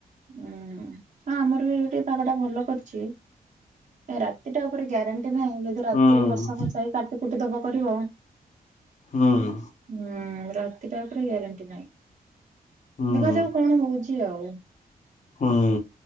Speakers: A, on the right (about 50°); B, on the left (about 50°).
A: ଉୁଁ ହ ଆମର ବି ଏଠି ପାଗ ଟା ଭଲ କରିଚି। ଏ ରାତିଟା ଉପରେ ଗ୍ୟାରେଣ୍ଟି ନାହିଁ ଯ ଦି ରାତି
B: ହୁଁ
A: କି ବର୍ଷା ଫଷା ହେଇକି କାଟି କୁଟି ଦବା କରିବ।
B: ହୁଁ।
A: ହୁଁ ରାତିଟା ଉପରେ ଗ୍ୟାରେଣ୍ଟି ନହିଁ।
B: ହୁଁ
A: ଦେଖାଯାଉ କଣ ହଉଚି ଆଉ।
B: ହୁଁ।